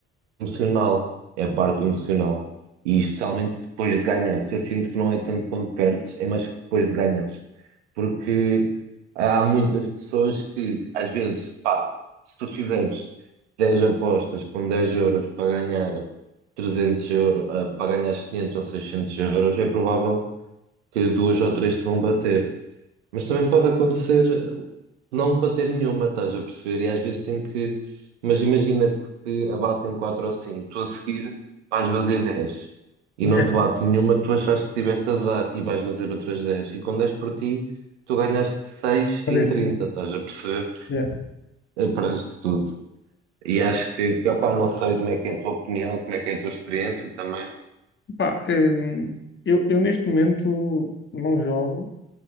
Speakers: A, on the right; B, on the left.
A: emocional, é a parte emocional. E especialmente depois de ganhares. Eu sinto que não é tanto quando perdes, é mais depois de ganhares. Porque há muitas pessoas que, às vezes, pá, se tu fizeres 10 apostas com 10 euros para ganhar 300 euros, ah, para ganhar 500 ou 600 euros, é provável que duas ou três te vão bater. Mas também pode acontecer não debater nenhuma, estás a perceber? E às vezes tem que. Mas imagina que abatem 4 ou 5 tu a seguir vais fazer 10 e
B: yeah,
A: não te bate nenhuma, tu achaste que tiveste azar e vais fazer outras 10 E com 10 por ti, tu ganhaste 6
B: fazer
A: em
B: isto
A: 30,
B: tudo.
A: estás a perceber?
B: Yeah.
A: Eh, Perdeste tudo. E acho que, que opá, não sei como é que é a tua opinião, como é que é a tua experiência também.
B: Pá, hum, eu, eu neste momento não jogo